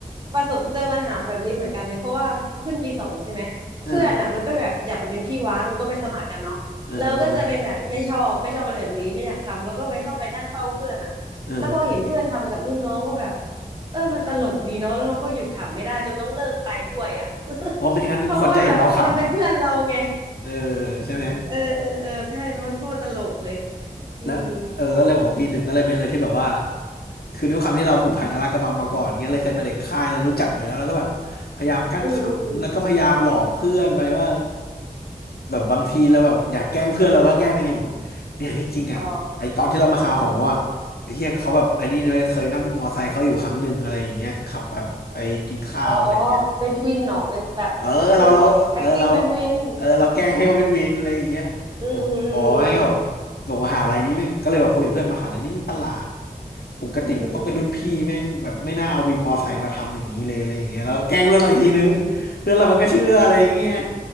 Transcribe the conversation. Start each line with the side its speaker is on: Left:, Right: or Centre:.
Right: ประสบเจอปัญหาแบบนี้เหมือนกันเลยเพราะว่าพอขึ้นปีสองใช่ไหมเพื่อนอ่ะมันก็แบบอยากไปเป็นพี่วักมันก็ไปสมัครกันเนาะเราก็จะเป็นแบบไม่ชอบไม่ชอบอะไรแบบนี้ไม่อยากทำแล้วก็ไปชอบไปนั่งเฝ้าเพื่อนอ่ะแล้วพอเห็นเพื่อนทำกับรุ่นน้องก็แบบ
Left: เออเออเออเออเออ
Right: เออมันตลกดีเนาะแล้วเราก็หยุดขำไม่ได้จนต้องเลิกไปด้วยอ่ะ
Left: เพราะไม่งั้นคนจะเห็นเราขำ
Right: <laughs> เพราะว่าแบบมันเป็นเพื่อนเราไง
Left: เออใช่ไหม
Right: เออเออเออใช่แล้วมันก็ตลกเลยอืม
Left: และเออก็เลยบอกว่าปีหนึ่งก็เลยเป็นอะไรที่แบบว่าคือด้วยความที่เราผูกพันกับลาดกระบังมาก่อนเงี้ยเลยเคยมาเด็กค่ายเรารู้จักอยู่แล้วแล้วก็แบบพยายามกั้นขำแล้วก็พยายามหลอกเพื่อนไปว่า
Right: อืมอืมอม
Left: แบบบางทีเราแบบอยากแกล้งเพื่อนเราก็แกล้งได้ไงบอกเนี่ยที่จริงอ่ะไอตอนที่เรามาหาหออ่ะไอเฮียเขาแบบไอนี่เลยเคยนั่งมอไซค์เขาอยู่ครั้งหนึ่งอะไรอย่างเงี้ยขับแบบไปกินข้าวอะไรอย่างเงี้ย
Right: อ๋อ อ๋อเป็นวินเหรอเป็นแบบ
Left: เออเราเราเออเรา
Right: นึกออกเป็น acting เป็นวิน
Left: เออเราแกล้งให้เขาเป็นวินอะไรอย่างเงี้ย
Right: อืมอืม
Left: บอกอ๋อแม่งแบบ
Right: อ
Left: บอกมหาลัยนี้แม่งก็เลยแบบคุยกับเพื่อนมหาลัยนี้แม่งประหลาดปกติมันต้องเป็นรุ่นพี่แม่งแบบไม่น่าเอาวินมอไซค์มาทำอย่างนี้เลยอะไรอย่างเงี้ยเราก็แกล้งเพื่อนเราอีกทีนึงเพื่อนเรามันก็เชื่ออะไรอย่างเงี้ย
Right: ืมอืม